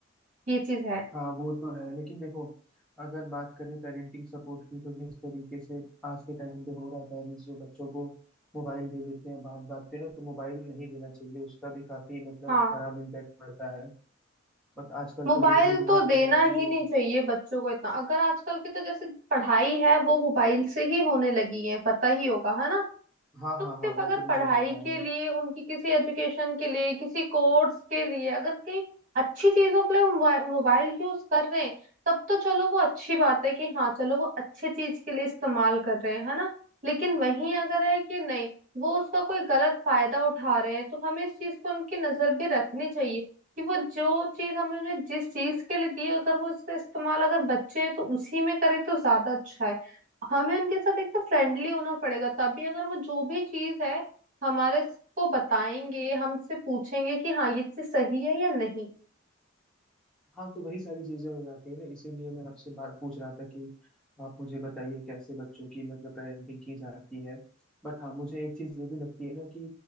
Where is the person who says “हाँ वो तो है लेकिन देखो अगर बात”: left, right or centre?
Centre